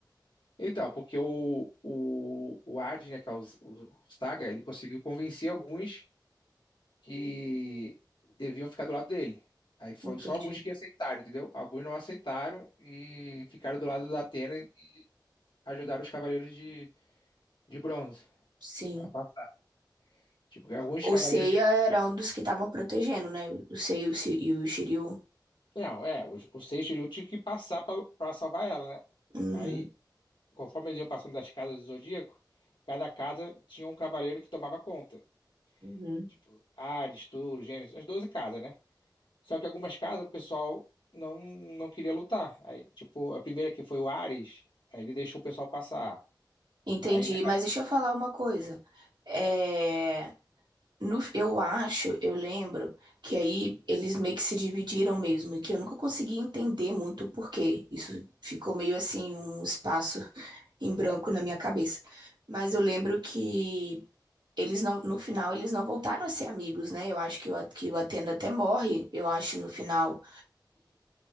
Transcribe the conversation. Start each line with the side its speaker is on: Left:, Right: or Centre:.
Left: Então, porque o, o, o Adi, né, que é o, o, o Staga, ele conseguiu convencer alguns que deviam ficar do lado dele. Aí foi
Right: Entendi.
Left: só alguns que aceitaram, entendeu? Alguns não aceitaram e ficaram do lado da Atena ajudaram os cavaleiros de, de bronze
Right: Sim.
Left: a passar. Tipo, porque alguns
Right: O
Left: cavaleiros
Right: Seiya
Left: de.
Right: era um dos que estavam protegendo, né? O Seiya e o Shi- e o Shiryu.
Left: Não, é, os os seis Seixiryu tinha que passar pra, pra salvar ela, né?
Right: Uhum,
Left: Aí, conforme eles iam passando das casas do Zodíaco, cada casa tinha um cavaleiro que tomava conta.
Right: uhum.
Left: Tipo, Ares, Touro, Gêmeos, as 12 casas, né? Só que algumas casas o pessoal não, não queria lutar. Aí, tipo, a primeira que foi o Ares, aí ele deixou o pessoal passar.
Right: Entendi,
Left: Aí na casa.
Right: mas deixa eu falar uma coisa. É, no, eu acho, eu lembro que aí eles meio que se dividiram mesmo, e que eu nunca consegui entender muito o porquê. Isso ficou meio assim, um espaço <laughs> em branco na minha cabeça. Mas eu lembro que eles não, no final eles não voltaram a ser amigos, né? Eu acho que o, A- que o Atena até morre, eu acho, no final.